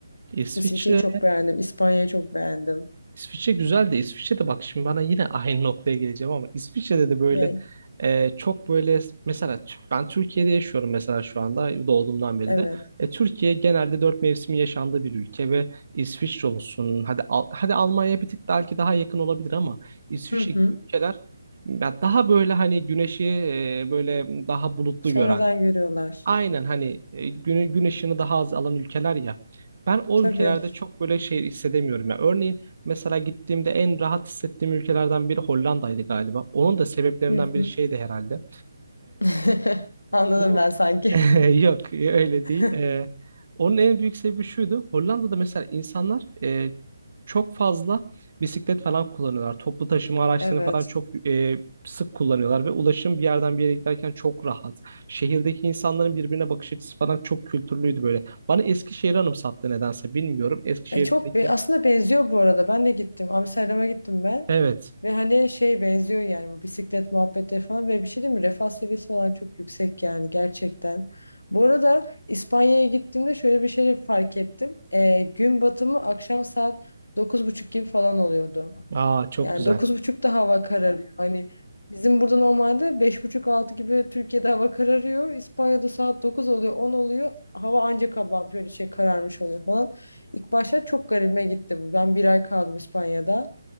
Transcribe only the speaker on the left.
İsviçre'yi çok beğendim. İspanya'yı çok beğendim.
Ne?
Evet.
Hı hı.
Sonradan
görüyorlar.
Tabii.
Hı
hı.
<laughs> Anladım
ben sanki.
<laughs>
Evet.
E, çok be- aslında benziyor bu arada. Ben de gittim. Amsterdam'a gittim ben.
Ve hani şey benziyor yani bu bisiklet muhabbetleri falan ve bir şey değil mi? Refah seviyesi falan çok yüksek yani gerçekten. Bu arada İspanya'ya gittiğimde şöyle bir şey fark ettim. E, gün batımı akşam saat dokuz buçuk gibi falan oluyordu.
Yani
9.30'da hava kararıyor. Hani bizim burada normalde beş buçuk altı gibi Türkiye'de hava kararıyor. İspanya'da saat 9 oluyor, 10 oluyor. Hava ancak kabam böyle şey kararmış oluyor falan. İlk başta çok garibime gitti bu. Ben bir ay kaldım İspanya'da.